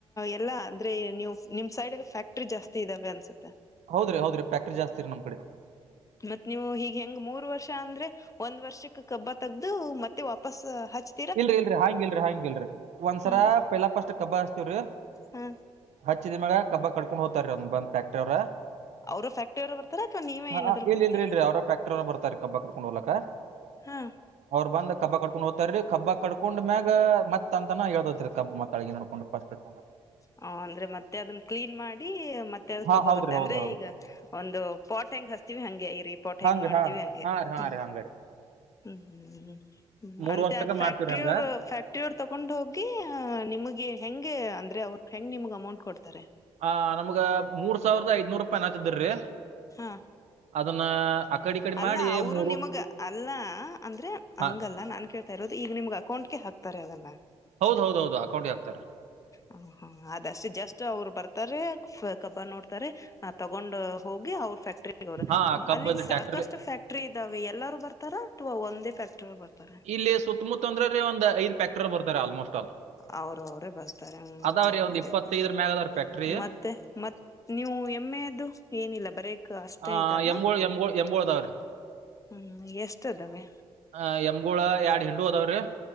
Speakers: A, on the left; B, on the right.
A: ಎಲ್ಲಾ ಅಂದ್ರೆ ನೀವು ನಿಮ್ ಸೈಡ್ ಅಲ್ಲಿ ಫ್ಯಾಕ್ಟ್ರಿ ಜಾಸ್ತಿ ಇದಾವೆ ಅನ್ಸುತ್ತೆ.
B: ಹೌದ್ರಿ ಹೌದ್ರಿ ಫ್ಯಾಕ್ಟರಿ ಜಾಸ್ತಿ ರೀ ನಮ್ ಕಡೆ.
A: ಮತ್ ನೀವು ಹೀಗ್ ಹೆಂಗ್ ಮೂರ್ ವರ್ಷ ಅಂದ್ರೆ ಒಂದ್ ವರ್ಷಕ್ಕೆ ಕಬ್ಬ ತಗ್ದು ಮತ್ತೆ ವಾಪಸ್ ಹಚ್
B: ಇಲ್ರಿ ಇಲ್ರಿ ಹಾಂಗ್ ಇಲ್ರಿ ಹಾಂಗಿಲ್ರಿ ಒಂದ್ಸರ
A: ಹಾ ರೀ
B: ಪೆಲಪ್ ಅಷ್ಟಟ್ ಕಬ್ಬ ಹಚ್ತೀವ್ರಿ.
A: ಹಾ
B: ಹಚ್ಚಿದ ಮ್ಯಾಗ ಕಬ್ಬ ಕಡ್ಕೊಂಡ್ ಹೋಗ್ತಾರೀ ಅದನ್ ಬಂದ್ ಫ್ಯಾಕ್ಟರಿ ಅವ್ರ್.
A: ಅವರು ಫ್ಯಾಕ್ಟ್ರಿ ಅವರು ಬರ್ತಾರ ಅಥವಾ ನೀವೇ
B: ಹಾ
A: ಏನಾದ್ರು
B: ಹಾ ಇಲ್
A: ಕರಿತೀರಾ
B: ಇಲ್ ಇಲ್ರಿ ಅವ್ರ ಫ್ಯಾಕ್ಟ್ರಿ ಅವ್ರ ಬರ್ತಾರ ಕಬ್ಬ ಕಡ್ಕೊಂಡ್ ಹೋಗ್ಲಕ್ಕ.
A: ಹಾ.
B: ಅವ್ ಬಂದ್ ಕಬ್ಬ ಕಕೊಂಡು ಹೋಗ್ತಾರ್ರಿ. ಕಬ್ಬ ಕಡ್ಕೊಂಡ್ ಮ್ಯಾಗ ಮತ್ <unintelligible> ಹೇಳತ್ರಿ ಕಬ್ಬ ಮತ್ ಅಳಗೆ ನೋಡ್ಕೊಂಡು ಫಸ್ಟ್ ಹಡ್ಕೊಂಡು.
A: ಹಾ ಅಂದ್ರೆ ಮತ್ತೆ ಅದನ್ನ ಕ್ಲೀನ್ ಮಾಡಿ ಮತ್ತೆ ಅದ್
B: ಹಾ
A: ಕಬ್ಬ
B: ಹೌದ್ರಿ
A: ಬರ್ತ್ತೆ ಅಂದ್ರೆ
B: ಹೌದ್ರಿ ಹೌದ್ರಿ
A: ಈಗ ಒಂದು ಪೋಟ್ ಹೆಂಗ್ ಹಚ್ತೀವಿ ಹಂಗೆ ಈ ರೀ ಪೋಟ್ ಹೆಂಗ್
B: ಹಂಗ
A: ಮಾಡ್ತಿವಿ
B: ಹಾ
A: ಹಂಗೆ
B: ಹಾ ರೀ ಹಾ
A: ಹ್ಮ್.
B: ರೀ ಹಂಗ ರೀ
A: ಹ್ಮ್ ಹ್ಮ್ ಹ್ಮ್
B: ಮೂರ್
A: ಅಂತ
B: ವರ್ಷ ತಕ
A: ಅದ್ ಫ್ಯಾಕ್ಟ್ರಿ
B: ಮಾಡ್ತೀವ್ರಿ ಹಂಗ
A: ಅವರು ಫ್ಯಾಕ್ ಟ್ರಿ ಅವ್ರ್ ತಗೊಂಡ್ ಹೋಗಿ ನಿಮಗೆ ಹೆಂಗೆ ಅಂದ್ರೆ ಅವ್ರು ಹೆಂಗ್ ನಿಮಗೆ ಅಮೌಂಟ್ ಕೊಡ್ತಾರೆ.
B: ಆ ನಮ್ಗ ಮೂರ್ ಸಾವಿರದ ಐದನೂರು ರೂಪಾಯಿ ನಾತದ್ರೀ.
A: ಹಾ.
B: ಅದನ್ನ ಕಡಿ ಈ ಕಡಿ
A: ಅಲ್ಲ
B: ಮಾಡಿ
A: ಅವ್ರು
B: ಮೂರ್
A: ನಿಮಗ ಅಲ್ಲ ಅಂದ್ರೆ
B: ಹಾ
A: ಹಂಗಲ್ಲ ನಾನ್ ಕೇಳ್ತಾ ಇರೋದು ಈಗ ನಿಮ್ಗ ಅಕೌಂಟ್ಗೆ ಹಕ್ಕ ತರ ಯಾವಗನ್ನ.
B: ಹೌದ ಹೌದು ಹೌದು ಅಕೌಂಟಿಗ ಹಾಕ್ತಾರೆ.
A: ಹ ಹಾ ಅದಷ್ಟು ಜಸ್ಟ್ ಅವ್ರು ಬರ್ತಾರೆ ಕಬ್ಬ ನೋಡ್ತಾರೆ. ಹಾ ತಗೊಂಡ್ ಹೋಗಿ ಅವ್ರ ಫ್ಯಾಕ್ಟ್ರಿ ಅವ್ರ
B: ಹಾ ಕಬ್ಬ್
A: ಅಲ್ಲಿ ಸಾಕಷ್ಟು
B: ಟ್ರ್ಯಾಕ್ಟರ್ಲಿ
A: ಫ್ಯಾಕ್ ಕ್ಟ್ರಿ ಇದಾವೆ ಎಲ್ಲರೂ ಬರ್ತಾರ ಅಥವಾ ಒಂದೇ ಫ್ಯಾಕ್ಟ್ರಿ ಅವ್ರ ಬರ್ತಾರ.
B: ಇಲ್ಲಿ ಸುತ್ತಮುತ್ತ ಅಂದ್ರರಿ ಒಂದು ಐದ ಪ್ಯಾಕ್ಟರ್ ಬರ್ತಾವರಿ ಆಲ್ಮೋಸ್ಟ್. ಆಲ್
A: ಅವ್ರ ಅವ್ರೇ ಬರ್ತಾರೆ
B: ಅದಾವ್ರಿ
A: ಚೆನ್ನಾಗಿದೆ
B: ಒಂದ್ ಇಪ್ಪತ್ತೈದರ
A: ಕಣಮ
B: ಮ್ಯಾಗ ಅದಾವ್ರಿ ಫ್ಯಾಕ್ಟರಿ
A: ಮತ್ತೆ ಮತ್. ನೀವು ಎಮ್ಮೆಯದು ಏನಿಲ್ಲ ಬರೆ. ಕ ಅಷ್ಟೇ
B: ಆ
A: ಇದಾವ
B: ಎಮ್ಗೊಳ್ ಎಮ್ಗೊಳ್ ಎಮ್ಗೊಳ್ ಅದಾವ್ರಿ
A: ಹ್ಮ್ ಎಷ್ಟದಾವೆ.
B: ಹ ಯಮ್ಗೂಳ ಯಾಡ್ ಹಿಂಡು ಅದಾವ್ರೀ.